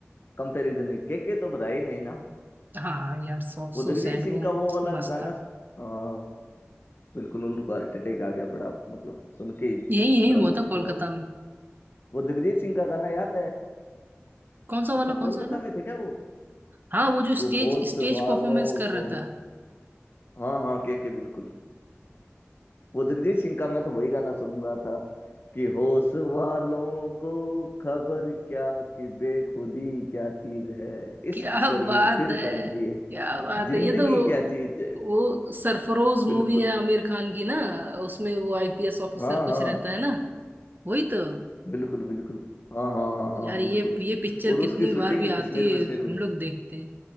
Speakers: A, on the left; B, on the right.
A: कंपैरिजन है के के तो रहा ही नहीं ना
B: हाँ हाँ यार सो सो
A: वो जगजीत
B: सैड
A: सिंह
B: वो
A: का वो वाला
B: मस्त
A: गाना
B: था
A: हाँ बिल्कुल उनको हार्ट अटैक आ गया बड़ा मतलब सुन के ही
B: यही यही
A: बड़ा
B: हुआ
A: दुख
B: था कोलकाता
A: हुआ
B: में
A: वो जगजीत सिंह का गाना याद है
B: कौन सा
A: अच्छा
B: वाला कौन
A: कोलकाता
B: सा है ना
A: में थे क्या वो
B: हाँ वो जो
A: वो
B: स्टेज
A: होश
B: स्टेज
A: वालों
B: परफॉर्मेंस कर रहा
A: को
B: था
A: हाँ हाँ के के बिल्कुल वो जगजीत सिंह का मैं तो वही गाना सुन रहा था कि होश वालों को खबर क्या कि बेखुदी क्या चीज है
B: क्या
A: इश्क करिए
B: बात
A: फिर
B: है
A: समझिए
B: क्या बात
A: जिंदगी
B: है ये तो वो,
A: क्या चीज है
B: वो सरफरोश
A: बिल्कुल
B: मूवी है आमिर खान की ना उसमें वो आईपीएस ऑफिसर
A: हाँ
B: कुछ
A: हाँ
B: रहता है ना वही तो
A: बिल्कुल बिल्कुल हाँ हाँ हाँ हाँ
B: यार
A: बिल्कुल
B: ये ये पिक्चर
A: और
B: कितनी
A: उसकी शूटिंग
B: बार भी
A: भी
B: आती
A: कश्मीर
B: है
A: वश्मीर
B: हम
A: में
B: लोग देखते हैं